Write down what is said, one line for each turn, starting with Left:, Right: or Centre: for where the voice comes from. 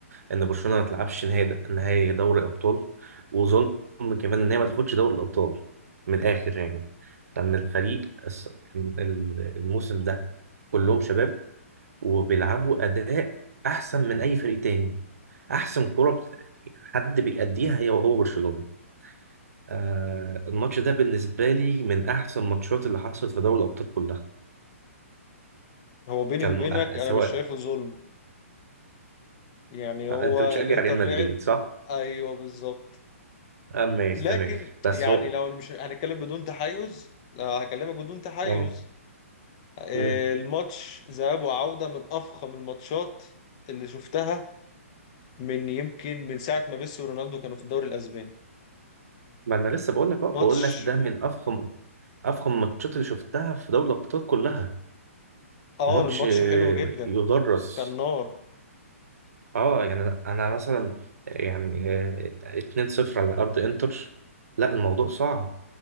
Right: إن برشلونة ما تلعبش نهائي نهائي دوري أبطال وظلم كمان إن هي ما تاخدش دوري الأبطال من الآخر يعني لأن الفريق الس- ال- الموسم ده كلهم شباب وبيلعبوا أداء أحسن من أي فريق تاني أحسن كرة بت- حد بيأديها هي وهو برشلونة آه الماتش ده بالنسبة لي من أحسن الماتشات اللي حصلت في دوري الأبطال كلها
Left: هو بيني
Right: كان
Left: وبينك
Right: آه
Left: انا
Right: سواء
Left: مش شايفه ظلم يعني
Right: آه
Left: هو
Right: أنت بتشجع
Left: الانتر
Right: ريال مدريد
Left: لعب
Right: صح؟
Left: ايوه بالظبط
Right: آه ماشي
Left: لكن
Right: تمام بس
Left: يعني
Right: هو
Left: لو مش هنتكلم بدون تحيز لا هكلمك بدون تحيز
Right: اه
Left: آه،
Right: مم.
Left: الماتش ذهاب وعودة من افخم الماتشات اللي شفتها من يمكن من ساعة ما ميسي ورونالدو كانوا في الدوري الاسباني
Right: ما أنا لسه بقول لك بقى
Left: ماتش
Right: بقول لك ده من أفخم أفخم الماتشات اللي شفتها في دوري الأبطال كلها
Left: اه
Right: ماتش
Left: الماتش
Right: آه،
Left: حلو جدا
Right: يدرس
Left: كان نار
Right: اه يعني أنا أنا مثلا يعني آه، 2-0 على أرض إنتر لا الموضوع صعب